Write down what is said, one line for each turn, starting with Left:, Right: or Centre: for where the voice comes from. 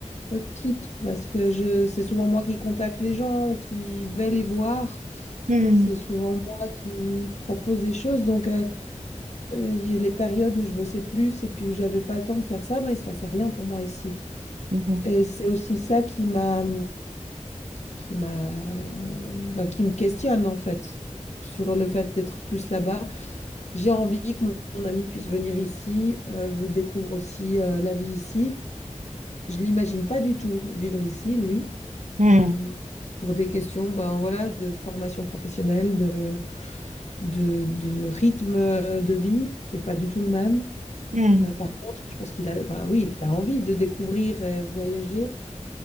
Left: fuck it parce que je c'est souvent moi qui contacte les gens ou qui vais les voir.
Right: Hmm,
Left: C'est souvent moi qui propose des choses, donc euh, euh, il y- a les périodes où je bossais plus et puis où j'avais pas le temps de faire ça, ben il se passait rien pour moi ici.
Right: Mhm.
Left: Et c'est aussi ça qui m'a, qui m'a, bah, qui me questionne en fait sur le fait d'être plus là-bas. J'ai envie que mon, mon ami puisse venir ici, euh, découvre aussi euh, la vie ici. Je l'imagine pas du tout vivre ici, lui,
Right: hmm,
Left: euh, pour des questions, ben voilà, de formation professionnelle, de, de, de rythme de vie qui est pas du tout le même.
Right: hmm,
Left: Euh, par contre, je pense qu'il a, enfin oui, il a envie de découvrir et voyager.